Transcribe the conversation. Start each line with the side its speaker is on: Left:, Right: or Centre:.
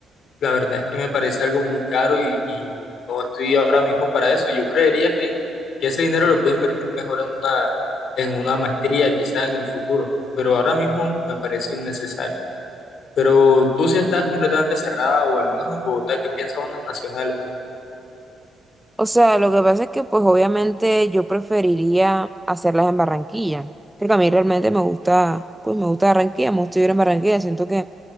Left: la verdad es que me parece algo muy caro y, y no estoy ahora mismo para eso. Yo creería que, que ese dinero lo puedo invertir mejor en una, en una maestría, quizás en el futuro, pero ahora mismo me parece innecesario. Pero tú sí estás completamente cerrada, o al menos en Bogotá, ¿qué piensan unas nacionales?
Centre: O sea, lo que pasa es que pues obviamente yo preferiría hacerlas en Barranquilla, porque a mí realmente me gusta, pues me gusta Barranquilla, me gusta vivir en Barranquilla, siento que